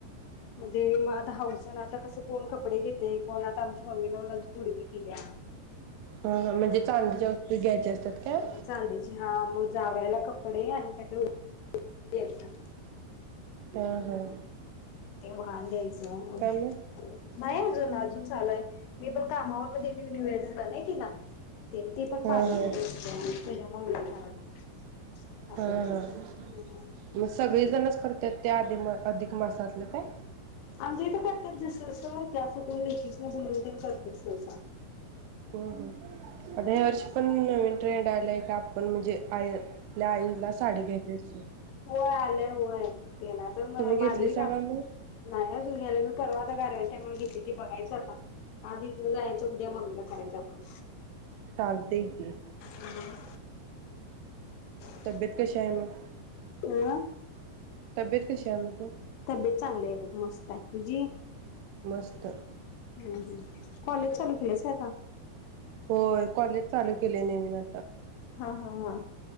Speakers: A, on the left; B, on the right.
A: म्हणजे म आता हाऊसन आता कसं कोण कपडे घेतंय कोण आता आमची मम्मीला न जुडवी केल्या
B: हं-हं, म्हणजे चांदीच्या वस्तू द्यायच्या असतात काय?
A: आणि बी ची हां वो जा जावयाला कपडे आणि काहीतरी <unintelligible>
B: हम् हम्
A: ते, वान द्यायचं म्हणे
B: मग
A: नाहीजून अजून चालू आय मी बघ काना वय द न्यू नी वय झालंय तीला ते-ते पण
B: हा
A: पार्लर
B: हा
A: मध्ये <unintelligible> <unintelligible> असं
B: हां हां, म सगळी जणच करत्यात त्या आधी म अधिक मासातलं काय?
A: आमच्या इथं करत्यात दुसरं स्टाॅल त्यांचं कुळळेकीस बुलेटिन करते सहसा
B: हो हो आता यावर्षी पण नवीन ट्रेंड आलाय का आपण म्हणजे आय आपल्या आई ला साडी घ्यायची असते.
A: हो आलंय व व्हय तेना तर मय
B: तुम्ही
A: माझं
B: घेतलीसा
A: ही का,
B: मग
A: नाही अजून नेरवीतला ते <unintelligible> ते बघायचं आता, आज इथनं जायच उद्या मम्मीला करायचं आपण,
B: चालतंय की
A: हं हम् <unintelligible>
B: तब्येत कशी आहे मग?
A: आं
B: तब्येत कशी म्हण तू?
A: तब्येत चांगली आहे बघ मस्त आहे तुझी.
B: मस्त.
A: हम्म हम् कॉलेज चालू केलेस आहे आता?
B: होय कॉलेज चालू केलेय नवीन आता
A: हा हां हां